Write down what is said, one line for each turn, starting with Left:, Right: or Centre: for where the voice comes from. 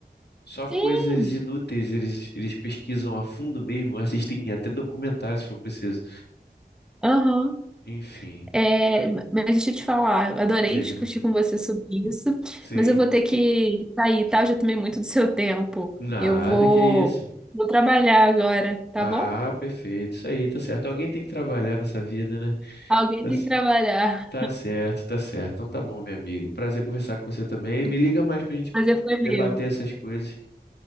Left: Só coisas
Centre: Sim.
Left: inúteis, eles, eles pesquisam a fundo mesmo, assistem até documentários se for preciso.
Centre: Aham.
Left: Enfim,
Centre: É, mas deixa eu te falar, eu adorei
Left: diga.
Centre: discutir com você sobre isso,
Left: Sim.
Centre: mas eu vou ter que sair, tá? Eu já tomei muito do seu tempo.
Left: Nada,
Centre: Eu vou,
Left: que isso.
Centre: vou trabalhar agora, tá
Left: Ah,
Centre: bom?
Left: perfeito. Isso aí, tá certo. Alguém tem que trabalhar nessa vida, né?
Centre: Alguém
Left: Tá,
Centre: tem
Left: c-
Centre: que trabalhar.
Left: tá certo, tá certo. Então tá bom, meu amigo. Prazer conversar com você também. Me liga mais pra gente
Centre: Mas é foi meu.
Left: debater essas coisas.